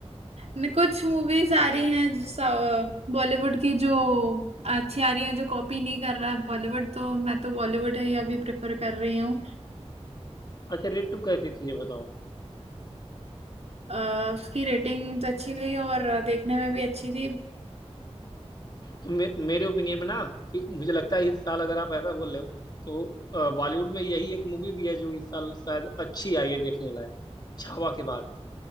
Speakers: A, on the right (about 70°); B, on the left (about 40°).
A: न- कुछ मूवीज आ रही हैं जो बॉलीवुड की जो अच्छी आ रही हैं जो कॉपी नहीं कर रहा है बॉलीवुड तो मैं तो बॉलीवुड ही अभी प्रेफर कर रही हूँ
B: अच्छा रेड टू कैसी थी ये बताओ
A: अ, उसकी रेटिंग तो अच्छी गई और देखने में भी अच्छी थी
B: तो मे, मेरे ओपिनियन में ना कि मुझे लगता है इस साल अगर आप ऐसा बोल रहे हो तो बॉलीवुड में यही एक मूवी भी है जो इस साल शायद अच्छी आई है देखने लायक छावा के बाद